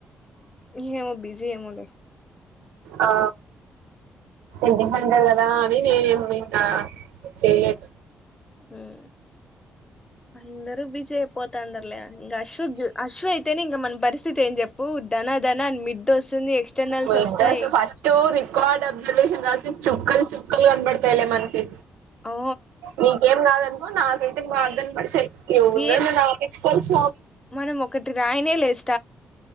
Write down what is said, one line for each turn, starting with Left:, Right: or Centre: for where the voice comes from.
Left: ఇ బిజీ ఏమోలే
Right: ఆ ఎందుకంటారు కదా అని నేను ఇంకా చేయదు
Left: ఉం అందరు బీజీ అయిపోతా అండర్లే ఇంకా అశ్ అశ్వ అయితేనే ఇంకా మన పరిస్థితి ఏం చెప్పు ధనధన మిడ్ వస్తుంది ఎక్స్టర్నల్స్
Right: మా
Left: వస్తాయి
Right: ఇద్దరు ఫస్ట్ రికార్డ్ అబ్జర్వేషన్ రాస్తే చుక్కలు చుక్కలు కనబడతాయిలే మనకి
Left: ఓ
Right: నీకేం కాదనుకో నాకు తే బ ధన్ బడ్తాయి ఇ
Left: వే
Right: ఉన్నన్న కాబట్టి కోల్స్
Left: మనం ఒకటి రాయినే లేస్